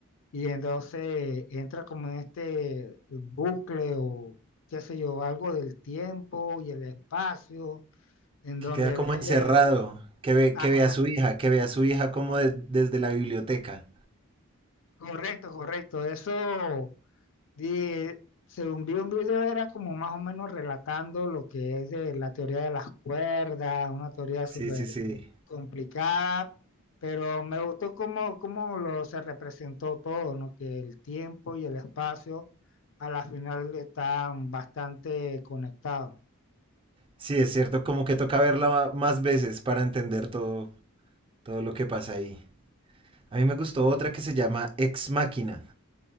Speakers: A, on the left; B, on the right.
A: y entonces entra como en este bucle o qué sé yo, algo del tiempo y el espacio, en
B: Que
A: donde
B: queda como
A: ve,
B: encerrado, que ve,
A: ajá,
B: que ve a su hija, que ve a su hija como de- desde la biblioteca.
A: correcto, correcto, eso, di- según vi un video era como más o menos relatando lo que es de la teoría de las cuerdas, una teoría
B: Sí,
A: súper
B: sí, sí.
A: complicada, pero me gustó cómo, cómo lo se representó todo, ¿no? Que el tiempo y el espacio a la final están bastante conectados.
B: Sí, es cierto, como que toca verla ma- más veces para entender todo, todo lo que pasa ahí. A mí me gustó otra que se llama Ex Machina,